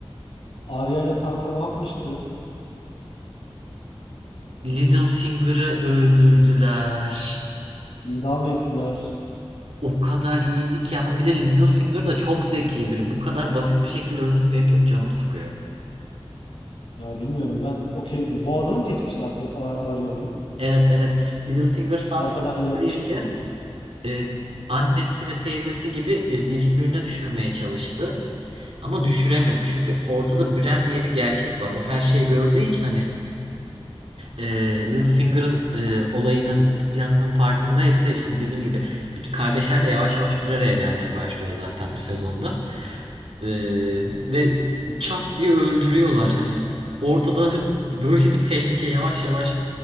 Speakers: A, on the left; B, on the right.
A: Arya ile Sansa ne yapmıştı?
B: Littlefinger'ı öldürdüler.
A: İdam ettiler.
B: O kadar iyiydi ki ama bir de Littlefinger da çok zeki biri. Bu kadar basit bir şekilde ölmesi benim çok canımı sıkıyor.
A: Ya bilmiyorum ben okeydim. Boğazını mı kesmişti Arko, Ar Arya'nın?
B: Evet evet. Littlefinger Sansa
A: Arkadan
B: ve
A: yaklaşıp
B: Arya'yı
A: değil mi?
B: e, annesi ve teyzesi gibi e, birbirine düşürmeye çalıştı. Ama düşüremedi. Çünkü ortada Bran diye bir gerçek var. O her şeyi gördüğü için hani e, Littlefinger'ın e, olayının planının farkındaydı ve işte dediğim gibi bütün kardeşler de yavaş yavaş bir araya gelmeye başlıyor zaten bu sezonda. E, ve çat diye öldürüyorlar hani ortada <laughs> böyle bir tehlike yavaş yavaş